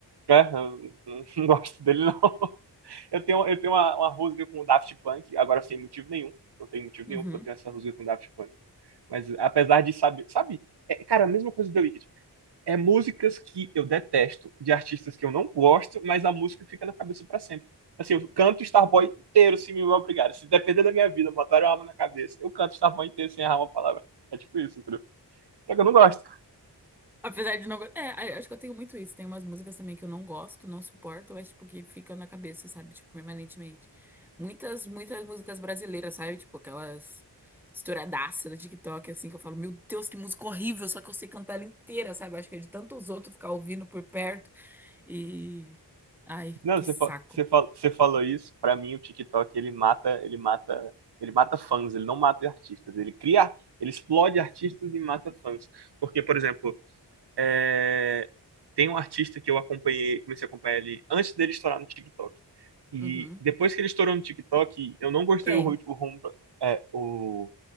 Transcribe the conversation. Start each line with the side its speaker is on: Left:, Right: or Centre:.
Right: É, eu não, <laughs> não gosto dele, não. Eu tenho, eu tenho uma, uma rusga com o Daft Punk, agora sem motivo nenhum. Não tem motivo
Centre: <laughs> Uhum.
Right: nenhum pra eu ter essa rusga com o Daft Punk. Mas apesar de saber, sabe? É, cara, a mesma coisa do The Wicked. É músicas que eu detesto, de artistas que eu não gosto, mas a música fica na cabeça pra sempre. Assim, eu canto Starboy inteiro se me obrigar. Se depender da minha vida, botar uma arma na cabeça, eu canto Starboy inteiro sem errar uma palavra. É tipo isso, entendeu? Só que eu não gosto.
Centre: Apesar de não gostar. É, a- acho que eu tenho muito isso. Tem umas músicas também que eu não gosto, não suporto, mas, tipo, que ficam na cabeça, sabe? Tipo, permanentemente. Muitas, muitas músicas brasileiras, sabe? Tipo, aquelas estouradaças do TikTok, assim, que eu falo, meu Deus, que música horrível, só que eu sei cantar ela inteira, sabe? Acho que é de tantos outros ficar ouvindo por perto e. Ai,
Right: Não,
Centre: que
Right: você,
Centre: saco.
Right: fa- você, fa- você falou isso. Pra mim, o TikTok ele mata, ele mata, ele mata fãs. Ele não mata artistas. Ele cria, ele explode artistas e mata fãs. Porque, por exemplo, é, tem um artista que eu acompanhei, comecei a acompanhar ele antes dele estourar no TikTok. E
Centre: Uhum.
Right: depois que ele estourou no TikTok, eu não gostei
Centre: Quem?
Right: o, ru- o, rum- é, o